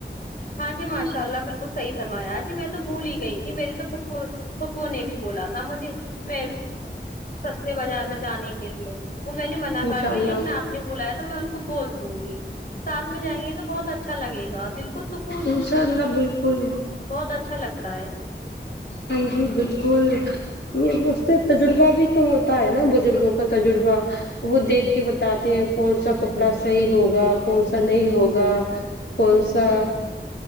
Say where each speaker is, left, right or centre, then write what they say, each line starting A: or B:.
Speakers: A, on the left (about 50°); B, on the left (about 70°).
A: ہاں جی ماش شاء اللہ بالکل صحی فرمایا جی میں تو بھول ہی گئی تھی میرے تو پھو پھپھو نے بھی بولا تھا مجھے میں سستے بازار میں جانے کے لیے وہ میں نے منع
B: انشاء
A: کر دیا
B: اللہ
A: لیکن آپ نے بلایا تو میں ان کو بول دوں گی ساتھ میں جائیں گے تو بہت اچھا لگے گا دل کو سکھ
B: انشاء اللہ بالکل
A: اچھا لگتا ہے
B: ہاں جی بالکل یہ اس سے تجربہ بھی تو ہوتا ہے نا بزرگوں کا تجربہ وہ دیکھ کے بتاتے ہیں کون سا کپڑا صحیح ہوگا کون سا نہیں ہوگا کون سا